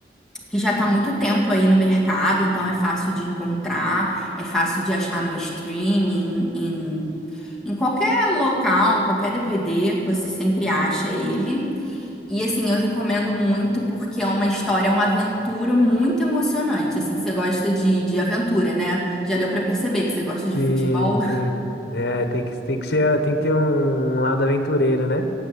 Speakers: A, in the centre; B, on the left.
A: que já tá há muito tempo aí no mercado, então é fácil de encontrar, é fácil de achar no streaming, em, em qualquer local, qualquer DVD, você sempre acha ele. E assim, eu recomendo muito porque é uma história, é uma aventura muito emocionante. Assim, você gosta de, de aventura, né? Já deu pra perceber que você gosta de
B: Sim,
A: futebol.
B: sim. É, tem que, tem que ser, tem que ter um lado aventureiro, né?